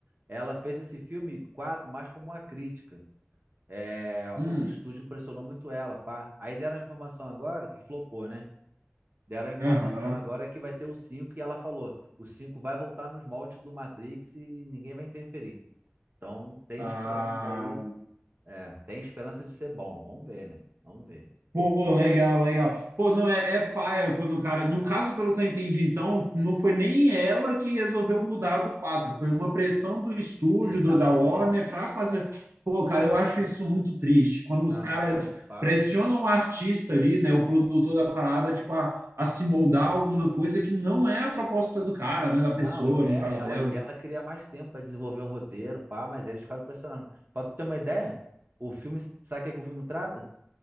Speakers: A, on the right; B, on the right.
A: Ela fez esse filme 4 mais como uma crítica. É,
B: Hum,
A: o estúdio pressionou muito ela, pá. Aí deram a informação agora que flopou, né? Deram a informação
B: aham.
A: agora que vai ter o 5 e ela falou: o 5 vai voltar nos moldes do Matrix e ninguém vai interferir. Então tem
B: Ah,
A: esperança aí. É, tem esperança de ser bom. Vamos ver, né? Vamos ver.
B: Pô, legal, legal. Pô, não, é, é paia quando o cara. No caso, pelo que eu entendi, então, não foi nem ela que resolveu mudar do 4 foi uma pressão do estúdio,
A: Exatamente.
B: do, da Warner, para fazer. Pô, cara,
A: É.
B: eu acho isso muito triste. Quando
A: Não,
B: os caras
A: pô, nem fala,
B: pressionam
A: pô.
B: o artista ali, né, o produtor da parada, tipo, a, a se moldar
A: Porra,
B: alguma
A: mano.
B: coisa que não é a proposta do cara, né, da pessoa,
A: Não, é,
B: no caso
A: ela,
B: dela.
A: ela queria mais tempo pra desenvolver um roteiro, pá, mas eles ficaram pressionando. Pra tu ter uma ideia, o filme, sabe o que, é que o filme trata?